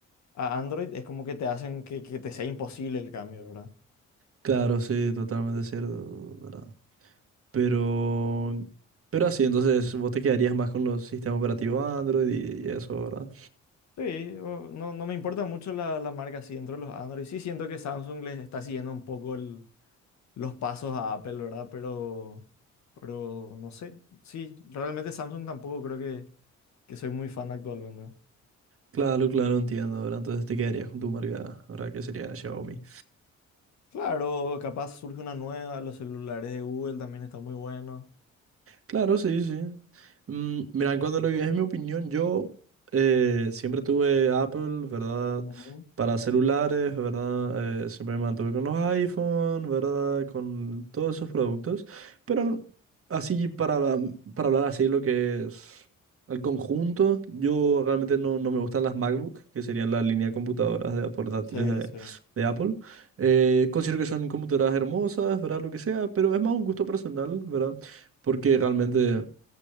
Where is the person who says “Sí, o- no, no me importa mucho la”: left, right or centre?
Left